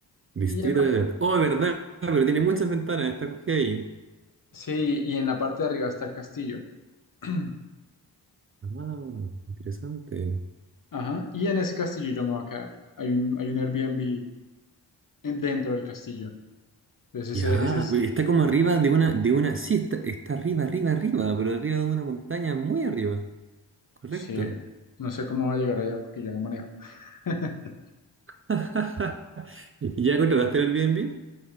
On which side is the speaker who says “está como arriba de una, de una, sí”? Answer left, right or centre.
Right